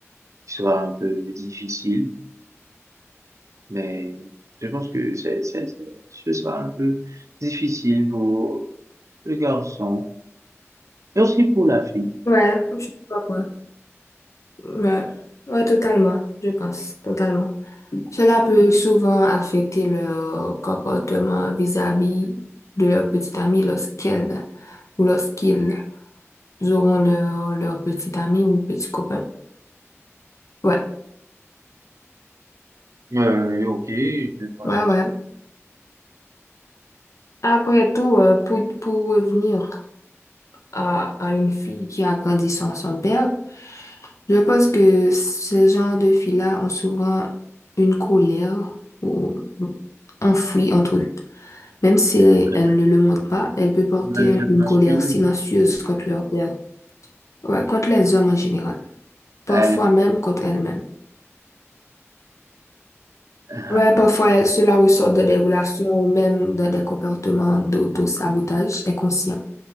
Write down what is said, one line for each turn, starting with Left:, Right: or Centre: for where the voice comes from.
Right: sera un peu difficile Mais je pense que c'est, c'est- c'est- ce sera un peu difficile pour le garçon et aussi pour la fille.
Left: Ouais, je sais pas quoi. Ouais, ouais, totalement, je pense, totalement. Cela peut souvent affecter leur comportement vis-à-vis de leur petite amie lorsqu'elles ou lorsqu'ils auront leur, leur petite amie ou petit copain. Ouais,
Right: Euh, et ok, je pense
Left: ouais,
Right: aussi
Left: ouais. Après tout, euh, pour, pour revenir à, à une fille qui a grandi sans son père, je pense que ce genre de filles-là ont souvent une colère ou enfouie entre eux. Même si
Right: à
Left: elles
Right: la
Left: ne le montrent pas, elles peuvent porter
Right: pour la jeune
Left: une
Right: masculine.
Left: colère silencieuse contre leur père. Ouais, contre les hommes en général. Parfois
Right: Elles,
Left: même contre elles-mêmes.
Right: euh,
Left: Ouais, parfois elles- cela ressort de des relations ou même de des comportements d'auto-sabotage inconscient.